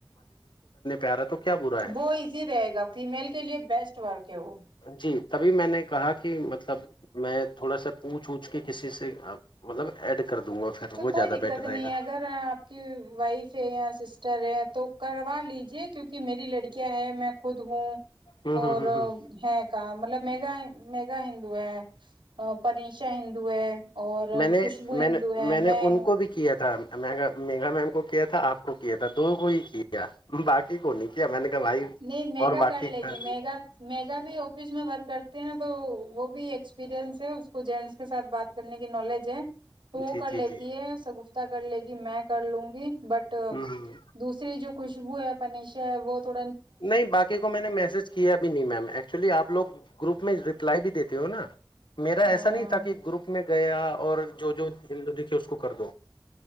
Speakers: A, on the left (about 75°); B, on the right (about 85°).
A: آ رہا ہے تو کیا برا ہے
B: وہ ایزی رہے گا فیمیل کے لیے بیسٹ ورک ہے وہ
A: جی تبھی میں نے کہا کہ مطلب میں تھوڑا سا پوچھ ووچھ کے کسی سے مطلب ایڈ کر دوں گا پھر
B: تو
A: وہ
B: کوئی
A: زیادہ
B: دقت
A: بیٹر رہے
B: نہیں
A: گا
B: ہے اگر آپ کی وائف ہے یا سسٹ رے تو کروا لیجے کیونکہ میری لڑکیاں ہے میں خود ہوں
A: ہوں ہوں
B: اور
A: ہوں ہوں
B: ہے کام مطلب میگا میگا ہندو ہے پرینشا ہندو ہے اور
A: میں نے
B: خوشبو ہندو
A: میں نے
B: ہے
A: میں نے ان
B: ہوں
A: کو بھی کیا تھا میگا میگا میم کو کو کیا تھا آپ کو کیا تھا دو کو ہی کی کیا باقی کو نہیں کیا میں نے کہا بھائی
B: نہیں میگا
A: اور باقی
B: کر
A: کا
B: لے گی میگا میگا بھی آفس میں ورک کرتی ہے نا تو وہ بھی ایکسپیرئنس ہے اس کو جینٹس کے ساتھ بات کرنے کی نالج ہے تو وہ
A: جی
B: کرلیتی
A: جی جی
B: ہے شگفتا کرلے گی میں کرلوں گی بٹ
A: ہ ہ
B: دوسری جو خوش خوشبو ہے پنیشا ہے وہ تھو
A: نہیں باقی کو میں نے میسج کیا بھی نہیں میم ایکچولی آپ لوگ گروپ میں ریپلائی بھی دیتے تے ہونا میرا
B: ہاں
A: ایسا نہیں تھا کہ گروپ میں گیا اور جو جو دیکھے اس کو کردو